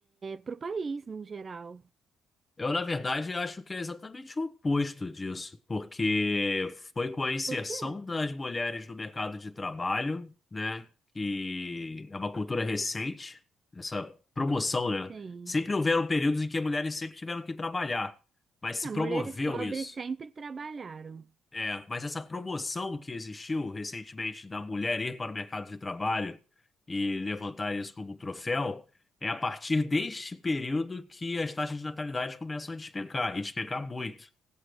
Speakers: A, on the right; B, on the left.
A: para o país, no geral.
B: Eu, na verdade, acho que é exatamente o oposto disso, porque foi com a inserção
A: Por quê?
B: das mulheres no mercado de trabalho, né, que é uma cultura recente, essa promoção, né?
A: Sim.
B: Sempre houveram períodos em que as mulheres sempre tiveram que trabalhar, mas se
A: Ah, mulheres
B: promoveu
A: pobres
B: isso.
A: sempre trabalharam.
B: É, mas essa promoção que existiu recentemente da mulher ir para o mercado de trabalho e levantar isso como um troféu, é a partir deste período que as taxas de natalidade começam a despencar, e despencar muito,